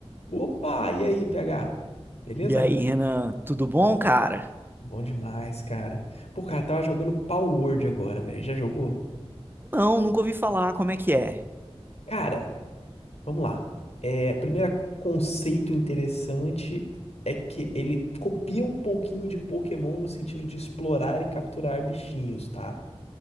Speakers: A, on the left; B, on the right.
A: Opa, e aí, PH? Beleza?
B: E aí, Renan, tudo bom, cara?
A: Bom demais, cara. Pô, cara, tava jogando Power Word agora, velho. Já jogou?
B: Não, nunca ouvi falar, como é que é?
A: Cara, vamos lá. É, primeiro conceito interessante é que ele copia um pouquinho de Pokémon no sentido de explorar e capturar bichinhos, tá?